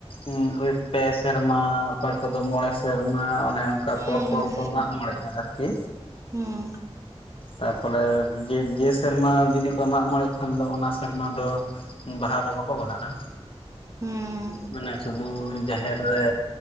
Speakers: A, on the left (about 55°); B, on the right (about 30°).
A: ᱩᱸᱜ ᱦᱳᱭ ᱯᱮ ᱥᱮᱨᱢᱟ ᱚᱠᱚᱭ ᱠᱚᱫᱚ ᱢᱚᱬᱮ ᱥᱮᱨᱢᱟ᱾ ᱚᱱᱮ ᱚᱱᱠᱟ
B: ᱦᱩᱸ
A: ᱯᱚᱨ ᱯᱚᱨ ᱠᱚ ᱢᱟᱜᱢᱚᱬᱮᱜᱼᱟ ᱟᱨᱠᱤ᱾
B: ᱦᱩᱸ
A: ᱛᱟᱯᱚᱨᱮ ᱡᱮ ᱡᱮ ᱥᱮᱨᱢᱟ ᱡᱩᱫᱤ ᱠᱚ ᱢᱟᱜ ᱢᱚᱬᱮᱜ ᱠᱷᱟᱱ ᱫᱚ ᱚᱱᱟ ᱥᱮᱨᱢᱟ ᱫᱚ᱾ ᱵᱟᱦᱟ ᱫᱚ ᱵᱟᱠᱚ ᱵᱟᱦᱟᱜᱼᱟ
B: ᱦᱩᱸ
A: ᱢᱟᱱᱮ ᱥᱩᱼᱼ ᱩᱻ ᱡᱟᱦᱮᱨ ᱨᱮ